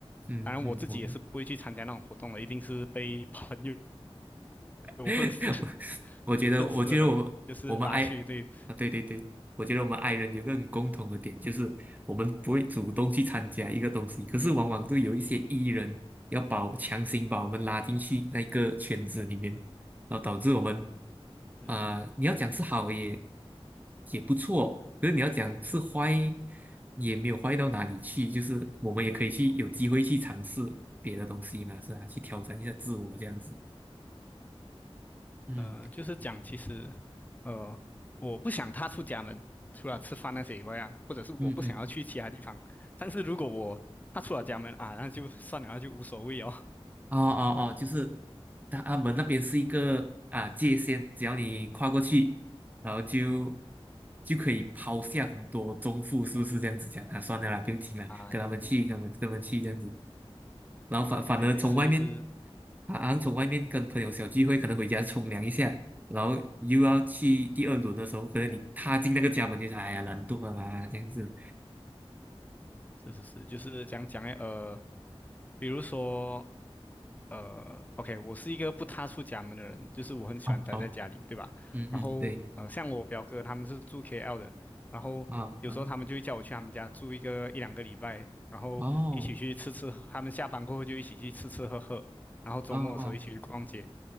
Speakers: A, on the right; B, on the left.
A: 嗯嗯，
B: 当然我自己也是不会去参加那种活动的，
A: 我
B: 一定是被朋友或者
A: <laughs> 我我觉得，
B: 认识的人就是拉去，
A: 我觉得我们我们爱
B: 对，
A: 啊，对对对，我觉得我们爱人有个很共同的点，就是我们不会主动去参加一个东西，可是往往都有一些 E 人要把我强行把我们拉进去那个圈子里面，然后导致我们
B: 嗯。
A: 啊、你要讲是好也也不错，可是你要讲是坏也没有坏到哪里去，就是我们也可以去有机会去尝试别的东西嘛，是吧？去挑战一下自我这样子，嗯
B: 呃，就是讲其实，呃，我不想踏出家门，除了吃饭那些以外啊，或者是我不想要去其他地方。
A: 嗯嗯。
B: 但是如果我踏出了家门啊，那就算了，那就无所谓哦。
A: 哦哦哦，就是他他们那边是一个啊界限，只要你跨过去，然后就就可以抛下很多中负，是不是这样子讲啊？算了啦，不用听了，
B: <laughs> 啊一
A: 跟他们去，跟他们跟他们去这样子。然后反反而从外面，
B: 啊，有点类似，就是
A: 啊，好像从外面跟朋友小聚会，可能回家冲凉一下，然后又要去第二轮的时候，可能你踏进那个家门就是哎呀难度啊啦，这样子。
B: 是是是，就是讲讲诶，呃，比如说呃，OK，我是一个不踏出家门的人，就是我很喜欢待在家里，
A: 哦，好，
B: 对吧？
A: 嗯嗯，
B: 然后，
A: 对，
B: 呃，像我表哥他们是住 KL 的，然后有时候他们就会叫我去他们家住一个一两个礼拜，
A: 啊、好，
B: 然后一起去吃吃，
A: 哦
B: 他们下班过后就一起去吃吃喝喝，然后周末的时候一起去逛街。
A: 哦哦，